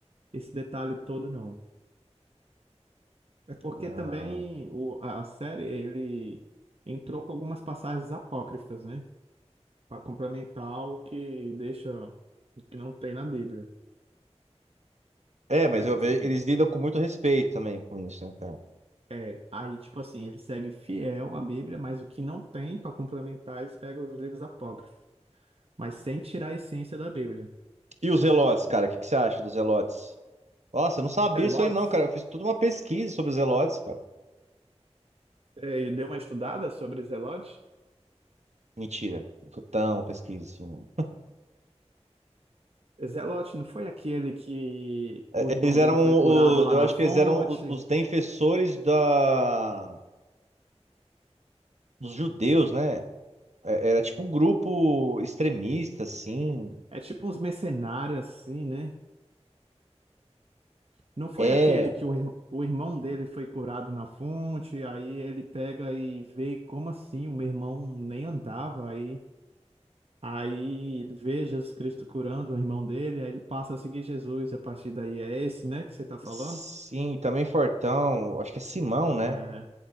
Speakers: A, on the right; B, on the right.
A: esse detalhe todo, não. É porque
B: Ah,
A: também o, a a série, ele entrou com algumas passagens apócrifas, né? para complementar o que deixa o que não tem na Bíblia.
B: é, mas
A: Mas
B: eu
A: assim,
B: vejo, eles lidam com muito respeito também com isso, né, cara?
A: é, aí tipo assim, ele segue fiel à Bíblia, mas o que não tem para complementar, eles pegam os livros apócrifos, mas sem tirar a essência da Bíblia.
B: E os Zelotes, cara, o que, que você acha dos Zelotes? Nossa, eu não sabia
A: Zelotes,
B: isso aí não, cara. Eu fiz toda uma pesquisa sobre os Zelotes, cara.
A: é, deu uma estudada sobre Zelote?
B: Mentira, não foi tão pesquisa assim, não.
A: Zelote não foi aquele que
B: É,
A: o irmão
B: Eles eram,
A: dele foi
B: o,
A: curado lá
B: eu
A: na
B: acho
A: fonte?
B: que eles eram o- os defensores da, dos judeus, né? É, Era tipo um grupo extremista, assim.
A: É tipo uns mercenários assim, né? Não foi
B: É,
A: aquele que o, ir- o irmão dele foi curado na fonte, aí ele pega e vê como assim o meu irmão nem andava, aí, aí ele vê Jesus Cristo curando o irmão dele, aí ele passa a seguir Jesus, a partir daí é esse, né, que você tá falando?
B: sim, também Fortão, acho que é Simão, né?
A: É,